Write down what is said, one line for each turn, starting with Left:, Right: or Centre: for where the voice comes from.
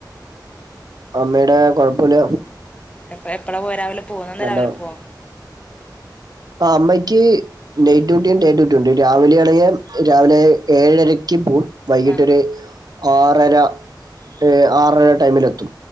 Right: അമ്മേടെ കൊഴ്‌പ്പുല്ല
Left: എപ്പ എപ്പളാ പോവാ രാവിലെ പോവോ നന്നെ
Right: നല്ലതാണ്
Left: രാവിലെ പോവാ
Right: ആഹ് അമ്മയ്ക്ക് ഡേ ടു ഡിയിം ഡേ ട്ട്ട്ടുണ്ട് രാവിലെ ആണെങ്ങേ രാവിലെ ഏഴരയ്ക്ക് പോവും വൈകിട്ടൊര്
Left: ആഹ്
Right: ആറര എഹ് ആറര ടൈമിലെത്തും